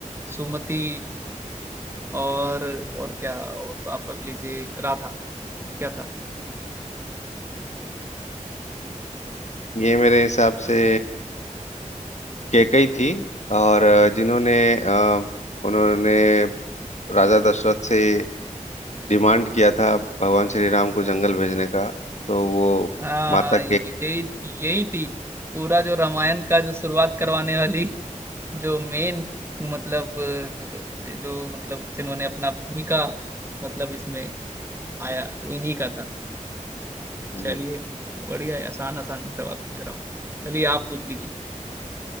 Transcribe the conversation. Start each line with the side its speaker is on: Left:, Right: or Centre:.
Right: सुमति और और क्या और आप रख लीजिए राधा क्या था
Left: ये मेरे हिसाब से कैकई थी और अ, जिन्होंने अ, उन्होंने राजा दशरथ से डिमांड किया था भगवान श्री राम को जंगल भेजने का तो वो
Right: हाँ
Left: माता
Right: यही यही थी पूरा जो रामायण का जो शुरुआत करवाने वाली जो मेन मतलब अ, जो मतलब जिन्होंने अपना भूमिका मतलब इसमें आया वो इन्हीं का था
Left: होंगी
Right: चलिए बढ़िया है आसान आसान सवाल पूछ रहा हूँ चलिए आप पूछ लीजिए